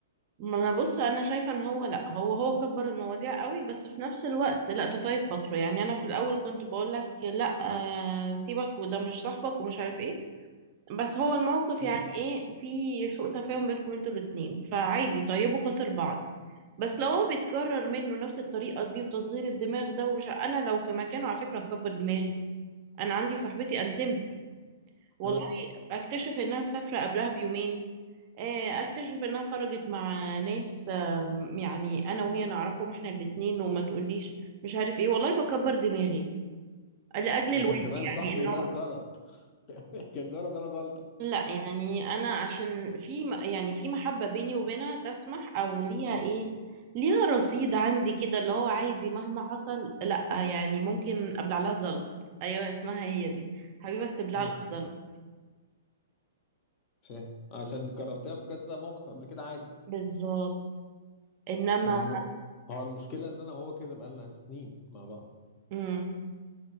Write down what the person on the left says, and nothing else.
امم
اه
ده
كان زمان
صاحبي
ده اتجلط <laughs> كان زمان جاله جلطه
امم
فاهم عشان جربتها في كذا موقف قبل كده عادي
ما هو الم... ما هو المشكلة إن أنا وهو كده بقالنا سنين مع بعض